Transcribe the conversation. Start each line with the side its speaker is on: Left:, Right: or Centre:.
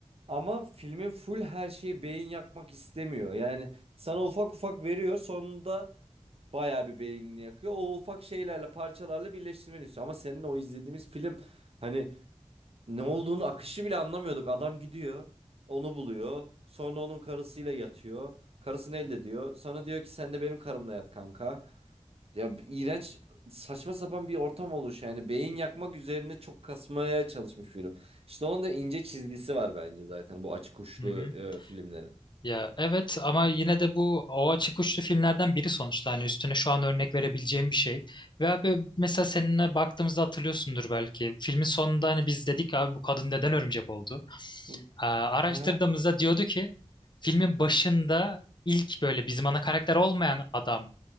Right: Ama filmin full her şeyi beyin yakmak istemiyor. Yani sana ufak ufak veriyor. Sonunda bayağı bir beynini yakıyor. O ufak şeylerle parçalarla birleştirmeni istiyor. Ama senin o izlediğimiz film hani ne olduğunu akışı bile anlamıyorduk. Adam gidiyor onu buluyor. Sonra onun karısıyla yatıyor. Karısını elde ediyor. Sonra diyor ki sen de benim karımla yat kanka. Ya iğrenç saçma sapan bir ortam oluş yani beyin yakmak üzerine çok kasmaya çalışmış film. İşte onun da ince çizgisi var bence zaten bu açık uçlu
Left: hı hı.
Right: e, filmlerin.
Left: Ya evet ama yine de bu o açık uçlu filmlerden biri sonuçta hani üstüne şu an örnek verebileceğim bir şey. Ve abi mesela seninle baktığımızda hatırlıyorsundur belki. Filmin sonunda hani biz dedik abi bu kadın neden örümcek oldu?
Right: Hı.
Left: Aa, araştırdığımızda
Right: Ha,
Left: diyordu ki filmin başında ilk böyle bizim ana karakter olmayan adam